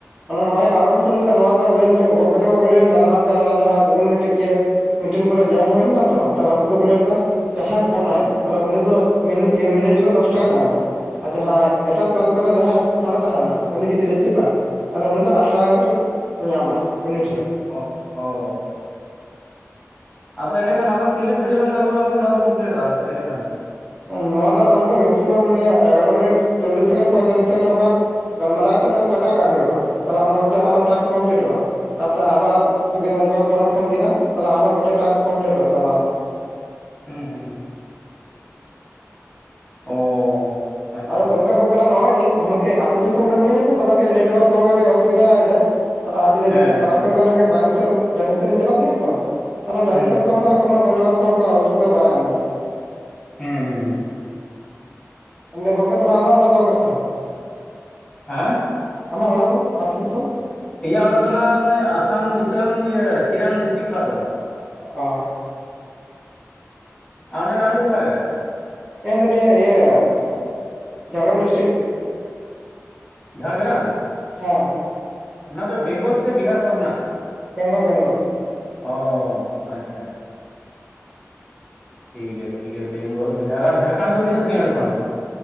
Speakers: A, on the right; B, on the left.
A: ᱦᱚᱞᱟ ᱱᱚᱜ ᱚᱭ ᱟᱢᱮᱢ ᱯᱷᱳᱱ ᱠᱮᱫᱟ ᱱᱚᱣᱟ ᱫᱚ ᱞᱟᱹᱭ ᱦᱚᱪᱚᱭᱮᱫ ᱜᱚᱢᱠᱮ ᱛᱟᱠᱚ ᱞᱟᱹᱭ ᱞᱮᱫᱟ ᱞᱟᱦᱟᱛᱮ ᱚᱱᱟ ᱡᱟᱦᱟᱸ ᱜᱩᱜᱩᱞ ᱢᱤᱴ ᱤᱭᱟᱹ ᱢᱤᱴᱮᱱ ᱠᱚᱨᱮ ᱡᱚᱭᱮᱱ ᱦᱩᱭ ᱞᱮᱱᱟ ᱛᱚ ᱛᱟᱞᱦᱮ ᱩᱱᱠᱩ ᱫᱚᱠᱚ ᱞᱟᱹᱭ ᱞᱮᱫᱟ ᱡᱟᱦᱟᱸᱭ ᱯᱷᱳᱱᱟᱭ
B: ᱦᱩᱸ
A: ᱩᱱᱤ ᱫᱚ ᱢᱤᱱᱤᱴ ᱨᱮ ᱫᱚᱥ ᱴᱟᱠᱟ ᱧᱟᱢᱟᱭ ᱾ ᱟᱨ ᱡᱟᱦᱟᱸᱭ ᱮᱴᱟᱜ ᱯᱨᱟᱱᱛᱚ ᱨᱮ ᱡᱟᱦᱟᱸᱭ ᱦᱚᱲᱮ ᱛᱟᱦᱮᱱᱟ ᱩᱱᱤ ᱡᱩᱫᱤ ᱨᱤᱥᱤᱯᱟᱭ ᱛᱟᱞᱮ ᱩᱱᱤ ᱫᱚ ᱟᱴᱴᱟ ᱠᱟᱛᱮ ᱧᱟᱢᱟᱭ ᱢᱤᱱᱤᱴ ᱨᱮ‍᱾
B: ᱚᱜ ᱦᱚ ᱟᱫᱚ ᱮᱸᱰᱮᱠᱷᱟᱱ ᱟᱝ ᱛᱤᱱᱟᱹᱜ ᱜᱟᱹᱲᱤᱡ ᱞᱟᱝ ᱜᱟᱞᱢᱟᱨᱟᱣ ᱞᱮᱫᱟ ᱚᱱᱟ ᱫᱚ ᱠᱚᱢᱯᱞᱤᱴᱚᱜ-ᱟ ᱮᱰᱮᱠᱷᱟᱱ
A: ᱱᱚᱣᱟ ᱫᱚ ᱟᱞᱟᱝ ᱫᱚ ᱢᱮᱠᱥᱤᱢᱟᱢ ᱱᱤᱭᱟᱹ ᱮᱜᱟᱨᱳ ᱢᱤᱱᱤᱴ ᱪᱚᱞᱞᱤᱥ ᱥᱮᱠᱮᱱᱰ ᱯᱚᱸᱭᱛᱟᱞᱞᱤᱥ ᱥᱮᱠᱮᱱᱰ ᱱᱚᱝᱠᱟ ᱜᱟᱞᱢᱟᱨᱟᱜ ᱠᱟᱛᱮ ᱞᱟᱝ ᱠᱟᱴᱚᱜᱟᱜ ᱦᱤᱭᱳᱜ-ᱟ ᱛᱟᱞᱮ ᱚᱱᱟ ᱢᱟᱛᱚ ᱟᱢᱟᱜ ᱴᱟᱠᱥ ᱠᱚᱢᱯᱞᱤᱴᱚᱜ-ᱟ ᱛᱟᱯᱚᱨᱮ ᱟᱵᱟᱨ ᱡᱩᱫᱤ ᱚᱱᱠᱟ ᱯᱚᱨᱮᱢ ᱯᱷᱳᱱ ᱠᱮᱫᱟ ᱛᱟᱞᱮ ᱟᱵᱟᱨ ᱢᱤᱫᱴᱟᱝ ᱴᱟᱠᱥ ᱠᱚᱢᱯᱞᱤᱴᱚᱜ ᱛᱟᱢᱟ ᱟᱢᱟᱜ
B: ᱦᱩᱸ ᱦᱩᱸ ᱦᱩᱸ ᱚ ᱟᱪᱪᱷᱟ
A: ᱟᱫᱚ
B: ᱟᱪᱪᱷᱟ
A: ᱜᱚᱢᱠᱮ ᱦᱩᱭᱩᱜ ᱠᱟᱱᱟ ᱱᱚᱜ-ᱚᱭ ᱤᱧ ᱤᱱᱠᱟᱹ ᱟᱛᱩ ᱫᱤᱥᱚᱢ ᱨᱮ ᱢᱤᱱᱟᱹᱧᱟ ᱛᱚ ᱛᱟᱞᱦᱮ ᱠᱟᱡ ᱱᱮᱴᱣᱟᱨᱠ ᱠᱚᱦᱚᱸ ᱚᱥᱩᱵᱤᱫᱟᱭ ᱫᱟᱭ ᱛᱟᱞᱮ ᱟᱡᱩᱲᱟᱹ
B: ᱦᱮᱸ
A: ᱜᱮ
B: ᱦᱮᱸ
A: ᱛᱟᱨᱟᱥᱤᱧ ᱫᱚ ᱵᱟᱭᱨᱮ ᱥᱮᱱ ᱰᱟᱹᱦᱤ ᱥᱮᱱᱤᱧ ᱪᱟᱞᱟᱜ ᱜᱮᱭᱟ ᱛᱚ ᱛᱟᱞᱮ ᱰᱟᱦᱤ
B: ᱦᱩᱸ
A: ᱥᱮᱫ ᱨᱮᱫᱚ ᱢᱟᱱᱮ ᱠᱚᱱᱚ ᱱᱮᱴᱳᱣᱟᱨᱠ ᱠᱚ ᱚᱱᱠᱟ ᱚᱥᱩᱵᱤᱫᱟ ᱵᱟᱝ ᱜᱮᱭᱟ
B: ᱦᱮᱸ ᱦᱮᱸ ᱦᱮᱸ
A: ᱟᱢᱫᱚ ᱜᱚᱢᱠᱮ ᱛᱟᱞᱮ ᱟᱢᱟᱜ ᱚᱲᱟᱜ ᱫᱚ ᱚᱠᱟᱨᱮ ᱛᱟᱢ?
B: ᱦᱮᱸ
A: ᱟᱢᱟᱜ ᱚᱲᱟᱜ ᱫᱚ ᱟᱹᱛᱩ ᱫᱤᱥᱚᱢ
B: ᱤᱧᱟᱹᱜ ᱚᱲᱟᱜ ᱫᱚ ᱱᱟᱜ ᱚᱱᱮ ᱟᱥᱟᱢ ᱫᱤᱥᱚᱢ ᱤᱭᱟᱹ ᱪᱤᱨᱟᱝ ᱰᱤᱥᱴᱤᱠ ᱯᱟᱲᱟᱜ ᱠᱟᱱᱟ᱾
A: ᱚ
B: ᱚᱸᱰᱮ ᱟᱢ ᱫᱚ ᱚᱠᱟᱨᱮᱱ
A: ᱮ ᱢᱟᱱᱮ ᱤᱭᱟᱹ ᱡᱷᱟᱲᱜᱟᱢ ᱰᱤᱥᱴᱤᱠ
B: ᱡᱷᱟᱲᱜᱨᱟᱢ
A: ᱦᱮᱸ
B: ᱚᱱᱟ ᱫᱚ ᱵᱮᱝᱜᱚᱞ ᱥᱮ ᱵᱤᱦᱟᱨ ᱯᱟᱲᱟᱜ ᱠᱟᱱᱟ
A: ᱵᱮᱝᱜᱚᱞ ᱵᱮᱝᱜᱚᱞ
B: ᱚᱻ ᱟᱪᱪᱷᱟ ᱴᱷᱤ ᱜᱮᱭᱟ ᱴᱷᱤ ᱜᱮᱭᱟ ᱵᱮᱝᱜᱚᱞ ᱵᱤᱦᱟᱨ ᱟᱨ ᱡᱷᱟᱨᱠᱟᱱᱰ ᱫᱚ ᱛᱤᱱᱟᱹᱜ ᱥᱟᱹᱤᱧᱟ ᱚᱸᱰᱮ ᱠᱷᱚᱱ